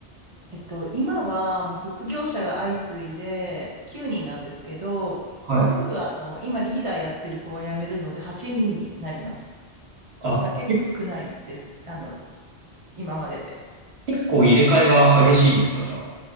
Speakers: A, on the right; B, on the right.
A: えっと、今はもう卒業者が相次いで9人なんですけど、
B: はい。
A: もうすぐあの、今リーダーやってる子が辞めるので8人にんになります。
B: あ、
A: だから結構少ないです。
B: け
A: あの、今までで。
B: 結構入れ替えが激しいんですか、じゃあ。